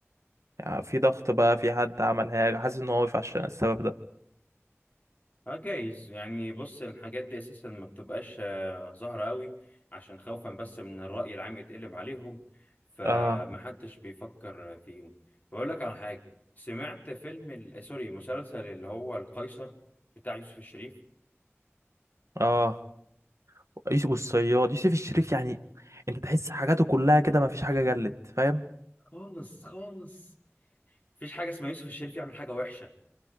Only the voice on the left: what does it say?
اه جايز يعني بص الحاجات دي اساسا ما بتبقاش آه، ظاهره قوي عشان خوفا بس من الراي العام يتقلب عليهم فمحدش
بيفكر فيهم بقول لك على حاجه سمعت فيلم ال... آه، سوري مسلسل اللي هو القيصر بتاع يوسف الشريف
خالص خالص مفيش حاجه اسمها يوسف الشريف يعمل حاجه وحشه